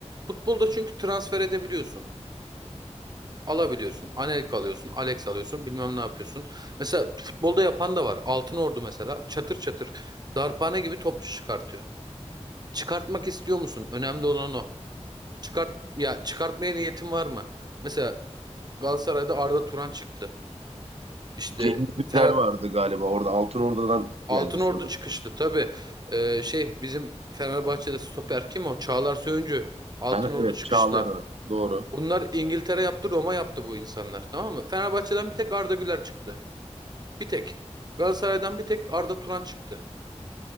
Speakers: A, on the right (about 35°); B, on the right (about 60°).
A: futbolda çünkü transfer edebiliyorsun. alabiliyorsun. Anelka alıyorsun, Alex alıyorsun, bilmem ne yapıyorsun. Mesela futbolda yapan da var. Altınordu mesela çatır çatır darphane gibi topçu çıkartıyor. Çıkartmak istiyor musun? Önemli olan o. Çıkart ya çıkartmaya niyetin var mı? Mesela Galatasaray'da Arda Turan çıktı. İşte
B: Cengiz Ünder
A: Fener,
B: vardı galiba orada. Altın Ordu'dan
A: Altınordu
B: geldi sanırım.
A: çıkıştı tabii. Ee, şey bizim Fenerbahçe'de stoper kim o? Çağlar Söyüncü. Altınordu
B: Aha, evet
A: çıkışlı.
B: Çağlar var. Doğru.
A: Bunlar İngiltere yaptı, Roma yaptı bu insanlar, tamam mı? Fenerbahçe'den bir tek Arda Güler çıktı. Bir tek. Galatasaray'dan bir tek Arda Turan çıktı.